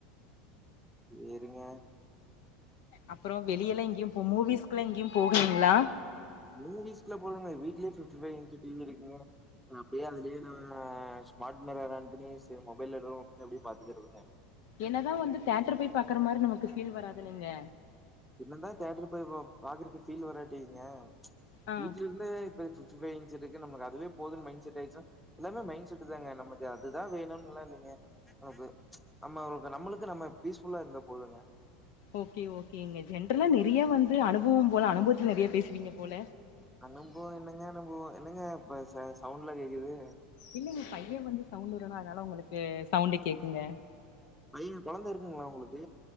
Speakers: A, in the centre; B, on the left (about 70°).
A: சேரிங்க
B: அப்றோ வெளிய எல்லா எங்கேயு போ மூவிஸ்கெல்லா எங்கயு போவிங்ளா
A: மூவிஸ்லா போலங்க வீட்லயே fifty five inches T V இருக்குங்க அப்டியே அதுலயே நா ஆ ஸ்மார் மிரர் ஆன் பண்ணி செரி மொபைல்ல எதோ ஓபன் பண்ணி அப்டியே பாத்துக்கறதுங்க
B: என்னதா வந்து தேட்டர் போய் பாக்குற மாரி நமக்கு ஃபீல் வராது இல்லைங்க
A: ஏன்ன தா தியேட்டர் போயி பாக்குறதுக்கு ஃபீல் வராட்டியுங்க
B: ஆ
A: வீட்ல இருந்து இப்பயே இப்ப ஃபிப்டி ஃபைவ் இன்ச் இருக்கு நம்மக்கு அதுவே போதுன்னு மைண்ட செட் ஆயிட்சினா எல்லாமே மைண்ட் செட்டு தாங்க நமக்கு அதுதா வேணும்லா இல்லைங்க நமக்கு நம்ம நம்மளுக்கு நம்ம ஃபீஸ் ஃபுல்லா இருந்த போதுங்க
B: ஓகே ஓகேங்க ஜென்ரலா நெறையா வந்து அனுபவோ போல அனுபவத்துல நெறைய பேசுவீங்க போல
A: அனுபவோ என்னங்க அனுபவோ என்னங்க இப்ப சவுண்ட்லா கேக்குது
B: இல்லங்க பைய வந்து சவுண்ட் உட்றானா அதனால உங்களுக்கு சவுண்ட் கேக்குங்க
A: பைய கொழந்த இருக்குங்ளா உங்களுக்கு